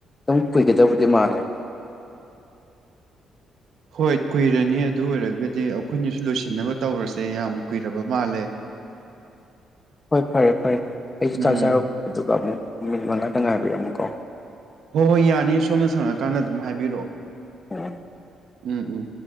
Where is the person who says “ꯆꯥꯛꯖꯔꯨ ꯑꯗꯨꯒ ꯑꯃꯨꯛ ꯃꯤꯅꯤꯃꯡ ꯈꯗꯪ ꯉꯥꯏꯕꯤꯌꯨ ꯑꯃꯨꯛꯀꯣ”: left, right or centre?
Left